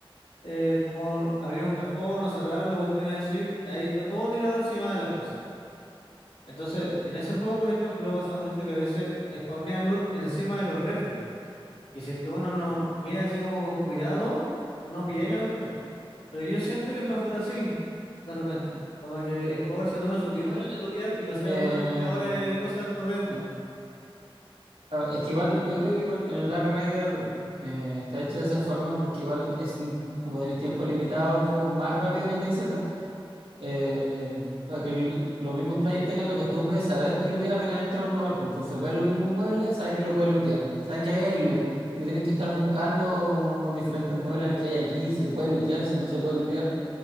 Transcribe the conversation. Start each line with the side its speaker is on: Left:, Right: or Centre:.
Left: eh, como abrir un cajón o cerrarlo, cuestiones así. Ahí está todo tirado encima de las cosas. Entonces, en ese juego, por ejemplo, pasa mucho que a veces spawnea loot encima de los refri. Y si es que uno
Right: Ya.
Left: no mira así como con cuidado, no pilláis la cuestión. Pero yo siento que es mejor así, de repente. Como que el jugador se tome su
Right: Igual,
Left: tiempo para lootear y no sea
Right: eh,
Left: como una aspiradora de cosas corriendo, ¿no?
Right: claro, es que igual, yo creo que igual en el Last Rider eh, está hecho de esa forma porque igual es un, como tenéis tiempo limitado, un juego más rápido que el DayZ. eh, para que el- los mismos players tengan la costumbre de saber que lootear apenas entra a un lugar. pues. Entonces, ven los mismos muebles, saben que lo pueden lootear, saben que ahí hay loot. Y no tienen que estar buscando como diferentes muebles, a ver qué hay aquí, si se puede lootear, si no se puede lootear.